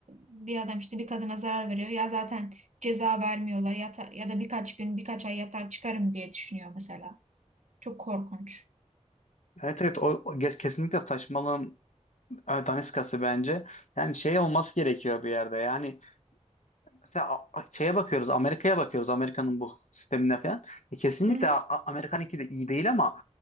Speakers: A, on the right (about 70°); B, on the left (about 70°).
A: bir adam işte bir kadına zarar veriyor ya zaten ceza vermiyorlar ya, ta- ya da birkaç gün birkaç ay yatar çıkarım diye düşünüyor mesela. Çok korkunç.
B: Evet evet o, o kes- kesinlikle saçmalığın e, daniskası bence. Yani şey olması gerekiyor bir yerde. Yani mesela a- a- şeye bakıyoruz, Amerika'ya bakıyoruz, Amerika'nın bu sistemine falan. E, kesinlikle
A: Hı hı.
B: A- A- Amerika'nınki de iyi değil ama